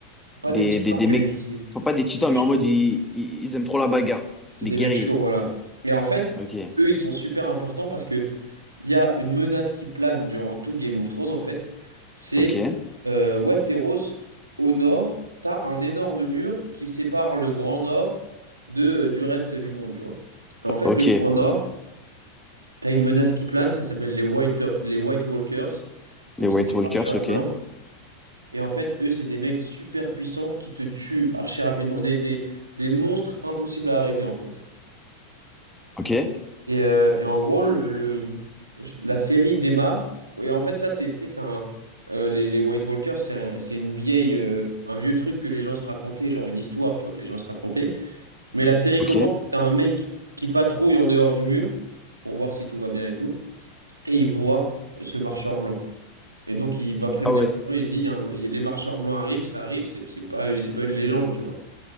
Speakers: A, on the right; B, in the centre.
A: Pas
B: Des,
A: des titans,
B: des, des
A: mais
B: mecs.
A: c'est
B: Enfin, pas
A: c'est
B: des titans,
A: des mecs
B: mais
A: chauds.
B: en mode, ils, ils ils aiment trop la bagarre.
A: C'est
B: Des
A: des
B: guerriers.
A: mecs chauds, voilà. Et en fait,
B: Ok,
A: eux, ils sont super importants parce que il y a une menace qui plane durant tout Game of Thrones, en fait. C'est
B: ok,
A: euh, Westeros, au nord, t'as un énorme mur qui sépare le Grand Nord de, euh, du reste du monde, tu vois. Et en fait,
B: ok.
A: le Grand Nord, t'as une menace qui plane, ça s'appelle les White, les White Walkers. Donc,
B: Les White
A: c'est des
B: Walkers,
A: marcheurs
B: ok.
A: blancs. Et en fait, eux, c'est des mecs super puissants qui te tuent archi rapidement. Des, des, des monstres impossibles à arrêter, en fait.
B: Ok,
A: Et, euh, et en gros, le, le- la série démarre. Et en fait, ça, c'est, tu sais, c'est un, euh, les, les White Walkers, c'est un- c'est une vieille, euh, un vieux truc que les gens se racontaient, genre une histoire, tu vois, que les gens se racontaient. Mais la série
B: ok.
A: commence, t'as un mec qui patrouille en dehors du mur pour voir si tout va bien et tout. Et il voit ce marcheur blanc. Et donc, il va prévenir
B: Ah ouais.
A: les gens, il dit, il y a un- il y a- les marcheurs blancs arrivent, ça arrive, c'est c'est pas, c'est pas une légende, tu vois.